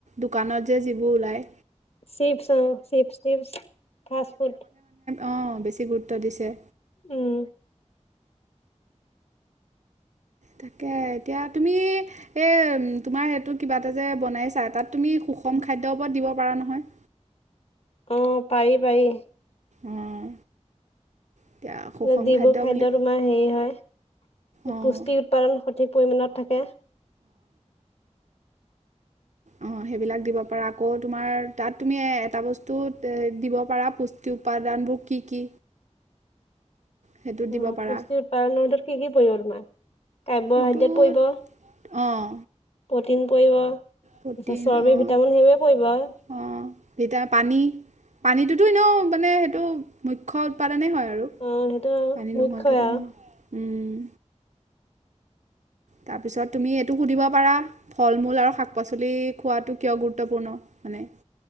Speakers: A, on the right; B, on the left.
A: দোকানত যে যিবোৰ ওলাই
B: চিপছ অ চিপ টিপছ ফাষ্ট ফুড
A: অ বেছি গুৰুত্ব দিছে
B: উম
A: তাকে এতিয়া তুমি এ তোমাৰ সেইটো কিবা এটা যে বনাইছা তাত তুমি সুখ কম খাদ্যৰ ওপৰত দিব পৰা নহয়
B: অ', পাৰি পাৰি
A: অঁ এতিয়া সুষম
B: যিবোৰ খাদ্য
A: বুলি
B: তোমাৰ হেৰি হয়
A: অঁ
B: পুষ্টি উৎপাদন সঠিক পৰিমাণত থাকে
A: অ সেইবিলাক দিব পাৰা আকৌ তোমাৰ তাত তুমি এটা বস্তুত দিব পাৰা পুষ্টি উপাদানবোৰ কি কি সেইটো
B: উ
A: দিব পাৰা
B: পুষ্টি উৎপাদনটো কি কি পৰিব তোমাৰ কাৰ্বহাইড্ৰেট
A: সেইটোত
B: পৰিব
A: অঁ
B: প্ৰ'টিন পৰিব
A: প্ৰটিন
B: তাৰপিছত চৰ্বি
A: অঁ
B: ভিটামিন সেইবোৰে পৰিব আৰু।
A: অঁ ভিটা পানী পানীটোতো এনেও মানে সেইটো মুখ্য উৎপাদনে হয় আৰু
B: অ সেইটো
A: পানী
B: মূখ্য
A: নোহোৱাকেতো
B: আও
A: নহয় উম, তাৰ পিছত তুমি এইটো সুধিব পাৰা ফল মূল আৰু শাক পাচলি খোৱাতো কিয় গুৰুত্ব গুৰুত্বপূৰ্ণ মানে